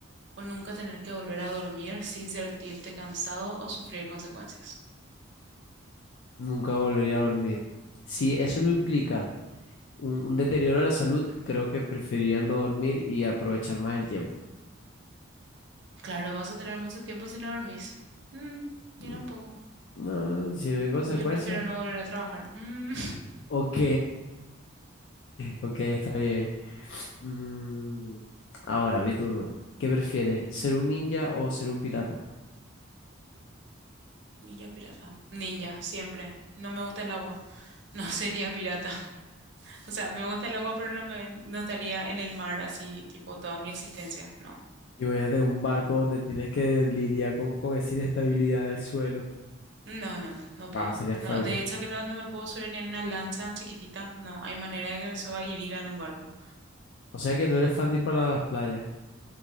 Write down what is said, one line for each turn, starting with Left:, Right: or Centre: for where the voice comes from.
Right: o nunca tener que volver a dormir sin sentirte cansado o sufrir consecuencias.
Left: Nunca volvería a dormir. Si eso no implica un, un deterioro a la salud, creo que preferirían no dormir y aprovechar más el tiempo.
Right: Claro, vas a tener mucho tiempo si no dormís. Mm,
Left: Mm,
Right: mira un poco.
Left: No, si no hay consecuencias.
Right: Yo prefiero no volver a trabajar. Mm.
Left: Ok, ok, está bien. Mm, ahora, mi turno. ¿Qué prefieres, ser un ninja o ser un pirata?
Right: Ninja pirata. Ninja, siempre. No me gusta el agua. <laughs> No sería pirata. <laughs> O sea, me gusta el agua, pero no me, no estaría en el mar así, tipo, toda mi existencia. No.
Left: Imagínate un barco donde tienes que lidiar con, con esa inestabilidad del suelo.
Right: No, no, no, no puedo.
Left: Ah, sería fuerte.
Right: No, de hecho que no, no me puedo subir ni en una lancha chiquitita. No, hay manera de que me suba y viva en un barco.
Left: O sea que no eres fan de ir para las playas,